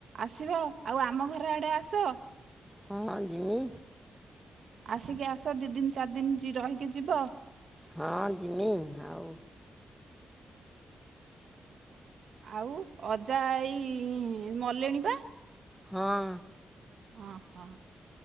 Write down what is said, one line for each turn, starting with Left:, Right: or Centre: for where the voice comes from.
Right: ଆସିବ, ଆଉ ଆମ ଘର ଆଡ଼େ ଆସ?
Centre: ହଁ ଯିମି।
Right: ଆସିକି ଆସ ଦି ଦିନ ଚାରି ଦିନ ଯି ରହିକି ଯିବ।
Centre: ହଁ ଯିମି ହଉ।
Right: ଆଉ ଅଜା ଆଈ ମଲେଣି ପା?
Centre: ହଁ।
Right: ଅ ହ,